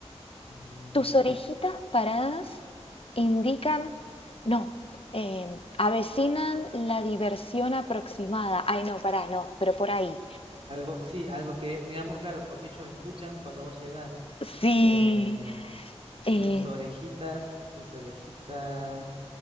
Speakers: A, on the right; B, on the left.
A: Mm,
B: Tus orejitas paradas indican. No, em, avecinan la diversión aproximada. Ay, no, pará, no, pero por ahí.
A: algo, sí, algo que, digamos, claro, porque ellos escuchan cuando vos llegás.
B: Sí.
A: eh,
B: eh,
A: tus orejitas, tus orejitas.